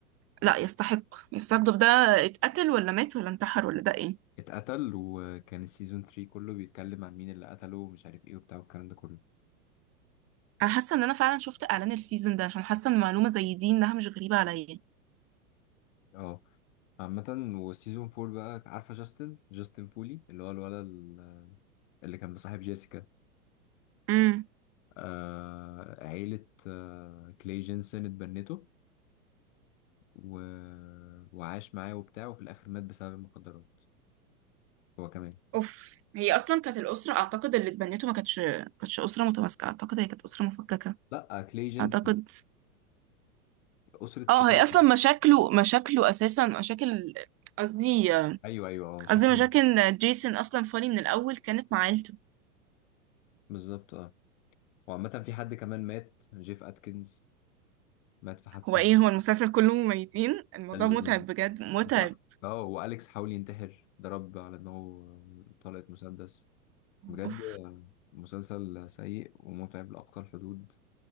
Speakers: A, on the right; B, on the left.
A: لا يستحق يستحق طب ده اتقتل ولا مات ولا انتحر ولا ده ايه
B: اتقتل وكان السيزون 3 كله بيتكلم عن مين اللي قتله ومش عارف ايه وبتاع والكلام ده كله
A: انا حاسه ان انا فعلا شفت اعلان السيزون ده عشان حاسه ان معلومه زي دي انها مش غريبه عليا
B: اه عامة وسيزون فور بقى عارفة جاستن جاستن فولي اللي هو الولد ال- اللي كان بصاحب جيسيكا
A: امم
B: آه عيلة آه كلاي جينسون اتبنته و... وعاش معاه وبتاع وفي الآخر مات بسبب المخدرات هو كمان
A: اوف هي اصلا كانت الاسره اعتقد اللي اتبنته ما كانتش كانتش اسره متماسكه اعتقد هي كانت اسره مفككه
B: لا آه، كلاي جينسون
A: اعتقد
B: أسرة
A: اه
B: كلاي
A: هي اصلا مشاكله مشاكله اساسا مشاكل قصدي
B: أيوه أيوه أه شكله
A: قصدي مشاكل جيسون اصلا فاني من الاول كانت مع عيلته
B: بالظبط أه وعامة في حد كمان مات جيف أتكنز مات في حادثة
A: هو ايه هو المسلسل كله مميتين الموضوع
B: ال...
A: متعب بجد متعب
B: و- اه وأليكس حاول ينتحر ضرب على دماغه آه، طلقة مسدس بجد
A: اوف
B: مسلسل سيء ومتعب لأقصى الحدود